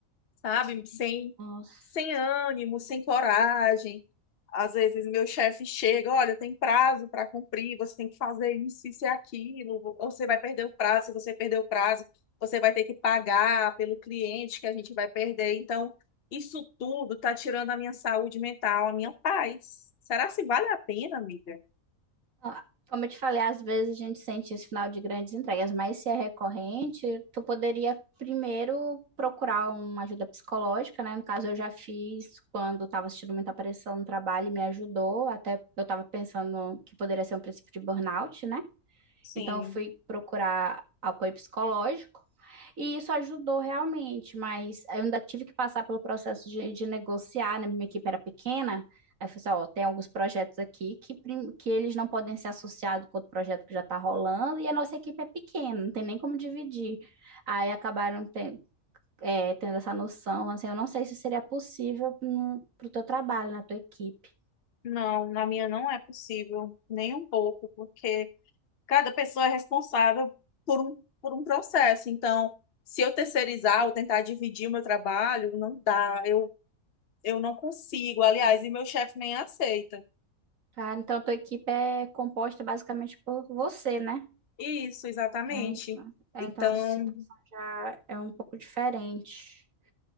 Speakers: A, on the left; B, on the right.
A: sabe? Sem,
B: Nossa.
A: sem ânimo, sem coragem. Às vezes meu chefe chega, olha, tem prazo para cumprir, você tem que fazer isso, isso e aquilo, ou você vai perder o prazo, se você perder o prazo, você vai ter que pagar pelo cliente que a gente vai perder. Então, isso tudo está tirando a minha saúde mental, a minha paz. Será se vale a pena, amiga?
B: Ó, Como eu te falei, às vezes a gente sente esse final de grandes entregas, mas se é recorrente, tu poderia primeiro procurar uma ajuda psicológica, né? No caso, eu já fiz quando estava assistindo muita pressão no trabalho e me ajudou, até eu estava pensando que poderia ser um princípio de burnout, né?
A: Sim,
B: Então, eu fui procurar apoio psicológico e isso ajudou realmente, mas eu ainda tive que passar pelo processo de, de negociar, né? Minha equipe era pequena. Aí eu falei assim, ó, tem alguns projetos aqui que, prim- que eles não podem ser associados com outro projeto que já está rolando, e a nossa equipe é pequena, não tem nem como dividir. Aí acabaram ten- é, tendo essa noção, assim, eu não sei se seria possível para o teu trabalho, na tua equipe.
A: não, na minha não é possível, nem um pouco, porque cada pessoa é responsável por um, por um processo. Então, se eu terceirizar ou tentar dividir o meu trabalho, não dá. Eu, eu não consigo, aliás, e meu chefe nem aceita.
B: Ah, então, a tua equipe é composta basicamente por você, né?
A: Isso, exatamente.
B: É, então, é,
A: Então,
B: então a situação já é um pouco diferente.